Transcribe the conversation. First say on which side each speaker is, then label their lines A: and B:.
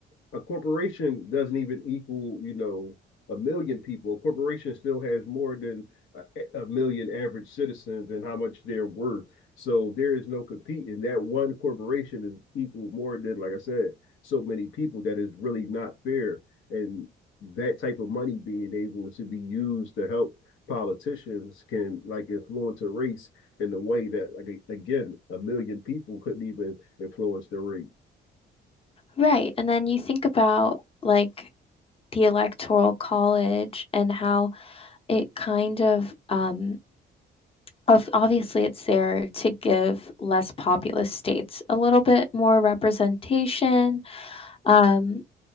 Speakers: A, on the left; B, on the left.
A: a corporation doesn't even equal, you know, a million people. A corporation still has more than a, a million average citizens and how much they're worth. So there is no competing. That one corporation is equal more than, like I said, so many people that is really not fair. And that type of money being able to be used to help politicians can like influence a race in a way that like again a million people couldn't even influence the race
B: Right, and then you think about, like, the electoral college and how it kind of um of obviously it's there to give less populous states a little bit more representation um